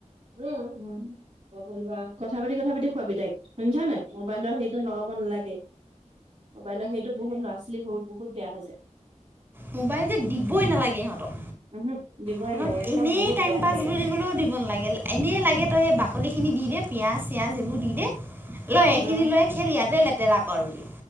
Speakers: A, on the right; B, on the right.
A: উম, উম, পঢ়িবা কথা পাতি কথা পাতি খোৱাবি তাইক শুনিছ নে মোবাইলৰ হেৰিটো লগাব নালাগে মোবাইলৰ সেইটো বহুত লৰা ছোৱালী সৰু বহুত বেয়া হৈ যায়
B: মোবাইল যে দিবই নালাগে, ইহঁতক
A: উহু দিবই
B: সিহক
A: নালাগে একদম
B: এনেই
A: বহুত
B: টাইম
A: বেয়া
B: পাছ
A: হেৰি
B: বুলি ও দিব নালাগে, এনেই লাগে তই সেই বাকলি খিনি দি দে পিয়াঁয়াজ চিয়াঁজ এইবোৰ দি দে লয় সেইখিনি
A: উম
B: লৈ খেল ইয়াতে লেতেৰা কৰ বুলি